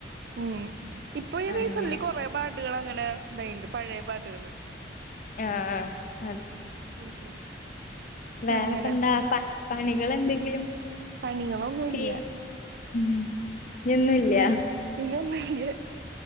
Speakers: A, on the right (about 60°); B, on the left (about 45°).
A: ഉം ഇപ്പൊ ഈ റീസന്ലി
B: അങ്ങനെ
A: കുറെ പാട്ടുകൾ അങ്ങനെ ഇതായിണ്ട് പഴയ പാട്ടുകള്
B: ആഹ് ആഹ്
A: <unintelligible>
B: വേറെപ്പോ
A: അങ്ങനെ
B: എന്താ പ പണികൾ എന്തെങ്കിലും
A: പണികളൊന്നുംല്ല
B: ചെയ്യും ഉം ഇനിയോന്നുല്ല
A: പിന്നെ ഒന്നുല്ല,